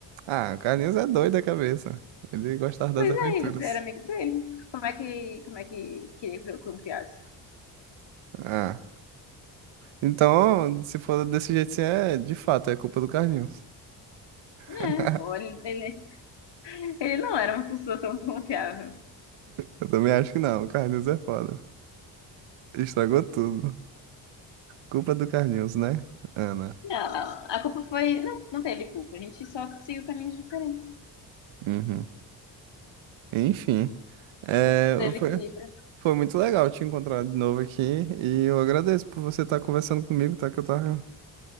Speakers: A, on the right (about 80°); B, on the left (about 65°).
A: Ah, o Carlinhos é doido da cabeça. Ele gostava das
B: Pois
A: aventuras.
B: é, e você era amigo dele. Como é que, como é que queria que eu confiasse?
A: Ah, então, se for desse jeito, assim, é de fato, é culpa do Carlinhos.
B: Né?
A: <laughs>
B: Ou ele, ele Ele não era uma pessoa tão confiável.
A: Eu também acho que não, o Carlinhos é foda. Estragou tudo. Culpa do Carlinhos, né, Ana?
B: Não, a culpa foi. Não, não teve culpa. A gente só seguiu caminhos diferentes.
A: Uhum. Enfim, é,
B: Tu teve
A: foi,
B: que ir pra.
A: foi muito legal te encontrar de novo aqui e eu agradeço por você estar conversando comigo, tá? Que eu tava,